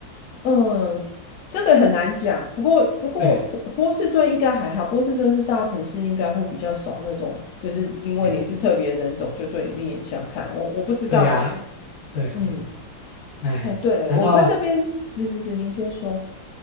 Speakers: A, on the left; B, on the left.
A: 嗯，这个很难讲。不过，不过波波士顿应该还好，
B: 对，
A: 波士顿是大城市，应该会比较少那种，就是因为你是特别人种，
B: 嗯，
A: 就对你另眼相看。我我不知道啦。
B: 对呀、对，
A: 嗯，
B: 嗯，哎，
A: 哦，对，
B: 然后
A: 我在这边，是是是，您先说。